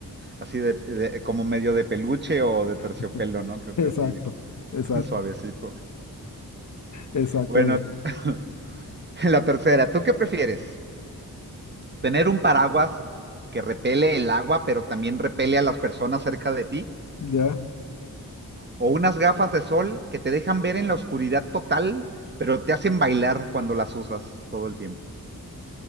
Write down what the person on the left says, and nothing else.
<laughs>
Exacto,
exacto,
exactamente.
Ya.